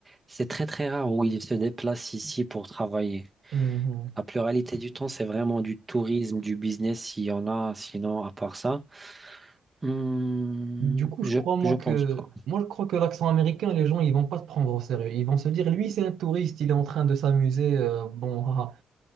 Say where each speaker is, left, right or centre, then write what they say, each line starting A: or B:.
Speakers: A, on the right; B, on the right.
A: c'est très, très rare où ils se déplacent ici pour travailler.
B: Mhm.
A: La pluralité du temps, c'est vraiment du tourisme, du business, s'il y en a, sinon, à part ça, hmm,
B: Du coup,
A: je,
B: je crois, moi,
A: je
B: que...
A: pense pas.
B: Moi, je crois que l'accent américain, les gens, ils vont pas se prendre au sérieux. Ils vont se dire, lui, c'est un touriste, il est en train de s'amuser, euh, bon, ah,